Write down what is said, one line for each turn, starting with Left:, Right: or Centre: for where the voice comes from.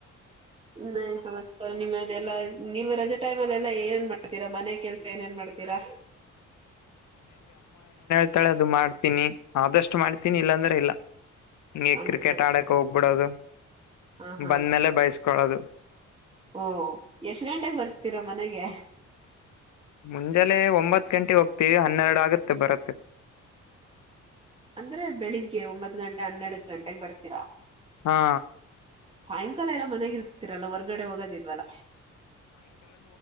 Right: ನ ಸಮತ್ ನಿಮ್ಮದೆಲ್ಲ ನೀವ ರಜೆ ಟೈಮಲ್ಲ ಏನೇಏನ್ ಮಾಡ್ತೀರಾ ಮನೆ ಕೆಲ್ಸ ಏನೇಏನ್ ಮಾಡ್ತೀರಾ
Left: ಮತ್ತಾಳೆ ಅದು ಮಾಡ್ತೀನಿ ಆದಷ್ಟು ಮಾಡ್ತೀನಿ ಇಲ್ಲಾಂದ್ರೆ ಇಲ್ಲ ಈಗೆ
Right: ಹಂಗ
Left: ಕ್ರಿಕೆಟ್ ಆಡಕ್ ಹೋಗ್ಬಿಡೋದು
Right: ಹ ಹಾ
Left: ಬಂದ್ಮೇಲೆ ಬಯಸ್ಕೊಳೋದು
Right: ಓ ಎಷ್ಟ್ ಗಂಟೆಗೆ ಬರ್ತೀರಾ ಮನೆಗೆ
Left: ಮುಂಜಾಲೆ ಒಂಬತ್ತು ಗಂಟೆ ಹೋಗ್ತೀವಿ ಹನ್ನೆರಡು ಆಗುತ್ತೆ ಬರತ್ತೆ
Right: ಅಂದ್ರೆ ಬೆಳಿಗ್ಗೆ ಒಂಬತ್ ಗಂಟೆ ಹನ್ನೆರಡು ಗಂಟೆಗೆ ಬರ್ತೀರಾ
Left: ಹಾ
Right: ಸಾಯಂಕಾಲ ಎಲ್ಲ ಮನೆಗ ಇರ್ತಿರಲ್ಲ ಹೊರ್ಗಡೆ ಹೋಗೋದಿಲ್ವಲ್ಲ